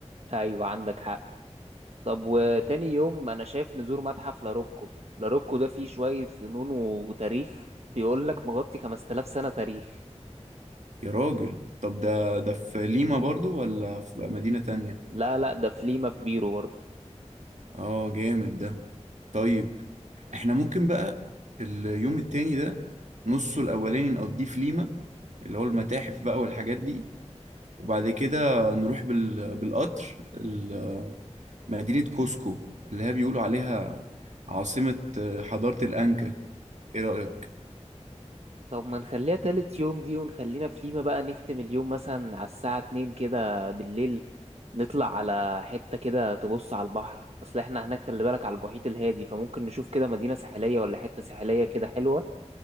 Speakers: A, on the right; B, on the right.
A: أيوة عندك حق طب وتاني يوم انا شايف نزور متحف لاروكو لاروكو ده فيه شوية فنون وتاريخ بيقول لك مغطي 5000 سنة تاريخ
B: يا راجل طب ده ده في ليما برضو ولا في بقى مدينة تانية
A: لا لا ده في ليما في بيرو برضه
B: اه جامد ده طيب احنا ممكن بقى اليوم التاني ده نصه الاولاني نقضيه في ليما اللي هو المتاحف بقى والحاجات دي وبعد كده نروح بال... بالقطر ال- مدينة كوسكو اللي هي بيقولوا عليها عاصمة حضارة الأنكا ايه رأيك
A: طب ما نخليها تالت يوم دي ونخلينا في ليما بقى نختم اليوم مثلا على الساعة 2 كده بالليل نطلع على حتة كده تبص على البحر اصل احنا هناك خلي بالك على المحيط الهادي فممكن نشوف كده مدينة ساحلية ولا حتة ساحلية كده حلوة